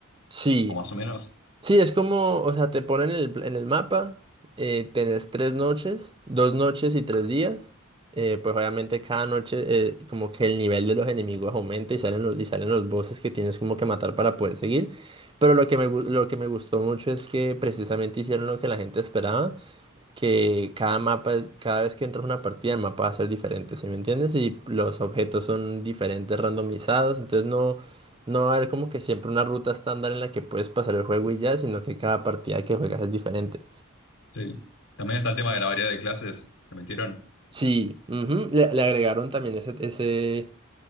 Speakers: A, on the right; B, on the left.
A: Sí,
B: o más o menos.
A: Sí, es como, o sea, te ponen el, en el mapa, eh, tenés tres noches, dos noches y tres días. Eh, pues obviamente cada noche eh, como que el nivel de los enemigos aumenta y salen los, y salen los bosses que tienes como que matar para poder seguir. Pero lo que me, gu- lo que me gustó mucho es que precisamente hicieron lo que la gente esperaba que cada mapa, es- cada vez que entras a una partida, el mapa va a ser diferente, ¿sí me entiendes? Y los objetos son diferentes, randomizados, entonces no, no va a haber como que siempre una ruta estándar en la que puedes pasar el juego y ya, sino que cada partida que juegas es diferente.
B: Sí. También está el tema de la variedad de clases que metieron.
A: Sí, ujú, Le, le agregaron también ese, ese,